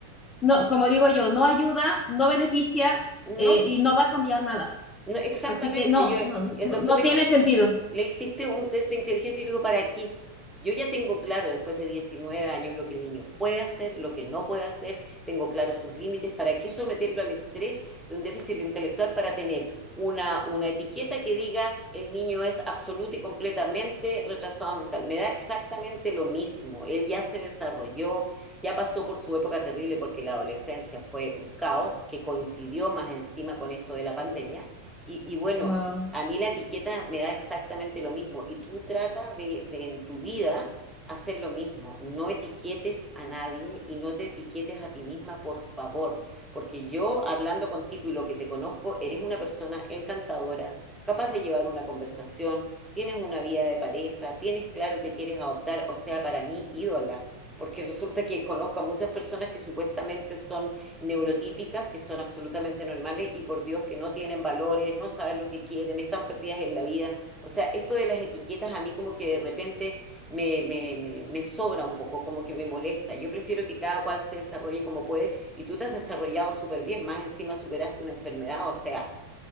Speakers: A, on the left; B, in the centre.
A: no, como digo yo, no ayuda, no beneficia
B: no,
A: eh, y no va a cambiar nada.
B: no exactamente,
A: Así que no,
B: yo,
A: no,
B: el
A: no,
B: doctor
A: no
B: me
A: tiene
B: dijo,
A: sentido.
B: Le hiciste un test de inteligencia y le digo, ¿para qué? Yo ya tengo claro después de 19 años lo que el niño puede hacer, lo que no puede hacer, tengo claro sus límites, ¿para qué someterlo al estrés de un déficit intelectual para tener una, una etiqueta que diga el niño es absoluto y completamente retrasado mental? Me da exactamente lo mismo, él ya se desarrolló, ya pasó por su época terrible porque la adolescencia fue un caos que coincidió más encima con esto de la pandemia. Y, y bueno,
A: Wow.
B: a mí la etiqueta me da exactamente lo mismo y tú trata de, de en tu vida hacer lo mismo. No etiquetes a nadie y no te etiquetes a ti misma, por favor, porque yo hablando contigo y lo que te conozco, eres una persona encantadora, capaz de llevar una conversación, tienes una vida de pareja, tienes claro que quieres adoptar, o sea, para mí ídola, porque resulta que conozco a muchas personas que supuestamente son neurotípicas que son absolutamente normales y por Dios que no tienen valores, no saben lo que quieren, están perdidas en la vida. O sea, esto de las etiquetas a mí como que de repente me, me, me, me sobra un poco, como que me molesta. Yo prefiero que cada cual se desarrolle como puede y tú te has desarrollado súper bien, más encima superaste una enfermedad, o sea,